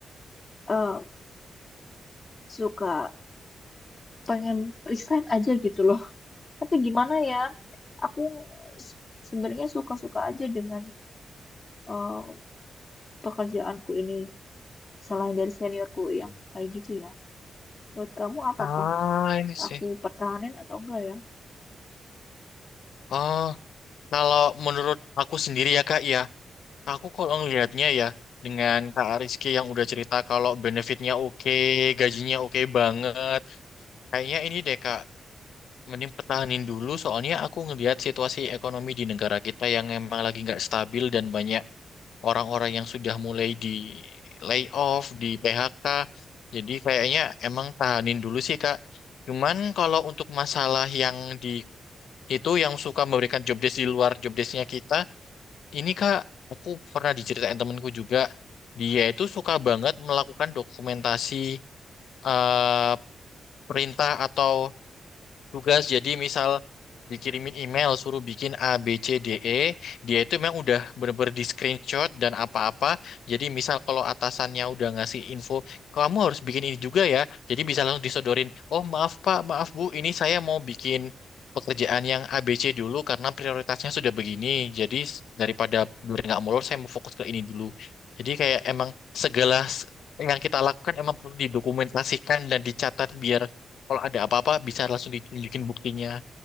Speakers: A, on the left; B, on the left.
A: eee, suka pengen resign aja gitu loh. Tapi gimana ya, aku se sebenarnya suka-suka aja dengan, eee, pekerjaanku ini selain dari seniorku yang kayak gitu ya. Menurut kamu apakah
B: Ah, ini sih.
A: aku pertahanin atau enggak ya?
B: Oh, kalau menurut aku sendiri ya Kak ya, aku kalau ngelihatnya ya dengan Kak Rizky yang udah cerita kalau benefitnya oke, gajinya oke banget. Kayaknya ini deh Kak, Mending pertahanin dulu, soalnya aku ngelihat situasi ekonomi di negara kita yang emang lagi nggak stabil dan banyak orang-orang yang sudah mulai di layoff, di PHK. Jadi kayaknya emang tahanin dulu sih, Kak. Cuman kalau untuk masalah yang di itu yang suka memberikan job desk di luar job desknya kita, ini Kak, aku pernah diceritain temenku juga, dia itu suka banget melakukan dokumentasi eh, perintah atau tugas jadi misal dikirimin email suruh bikin A B C D E dia itu memang udah bener-bener di screenshot dan apa-apa jadi misal kalau atasannya udah ngasih info kamu harus bikin ini juga ya jadi bisa langsung disodorin oh maaf Pak maaf Bu ini saya mau bikin pekerjaan yang A B C dulu karena prioritasnya sudah begini jadi s- daripada biar nggak molor saya mau fokus ke ini dulu jadi kayak emang segala s- yang kita lakukan emang perlu didokumentasikan dan dicatat biar kalau ada apa-apa bisa langsung ditunjukin buktinya.